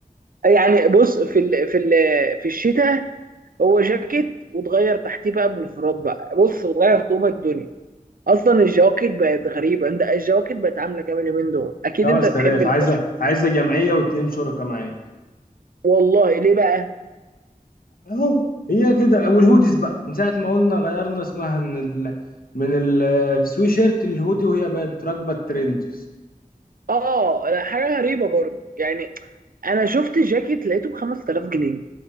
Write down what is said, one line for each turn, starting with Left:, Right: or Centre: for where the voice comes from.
Right: يعني بص في ال في ال في الشتاء هو جاكيت وتغير تحتيه بقى بلوفرات بقى بص وتغير طوبة الدنيا اصلا الجواكت بقت غريبه انت الجواكت بقت عامله كام اليومين دول اكيد
Left: 5000
Right: انت بتحب الكشف
Left: عايزه عايزه جمعيه واثنين شركاء معاك
Right: والله ليه بقى
Left: اهو هي كده والهوديز بقى من ساعه ما قلنا غيرنا اسمها من ال من السوي شيرت الهودي وهي بقت راكبه الترند
Right: اه لا، حاجه غريبه برضه يعني انا شفت جاكيت لقيته ب 5000 جنيه